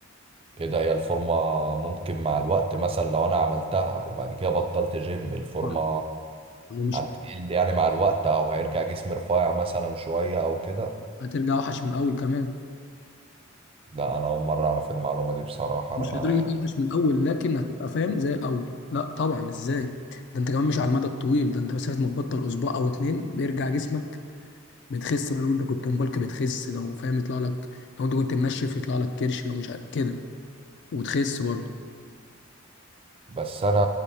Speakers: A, on the right; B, on the left.
A: ايه ده هي الفورمة ممكن مع الوقت مثلا لو انا عملتها وبعد كده بطلت جيم الفورمة
B: طبعاً. ومش
A: هتقل يعني مع الوقت او هيرجع جسمي رفيع مثلا شوية او كده
B: هترجع وحش من الاول كمان
A: ده انا اول مرة اعرف المعلومة دي بصراحة
B: مش
A: انا ما
B: لدرجه وحش من الاول لكن هتبقى فاهم زي الاول لا طبعا ازاي ده انت كمان مش على المدى الطويل ده انت مسافه ما تبطل اسبوع او اتنين بيرجع جسمك بتخس بقى لو انت كنت مبالك بتخس لو فاهم يطلع لك لو انت كنت منشف يطلع لك كرش لو مش عارف- كده وتخس برضه
A: بس انا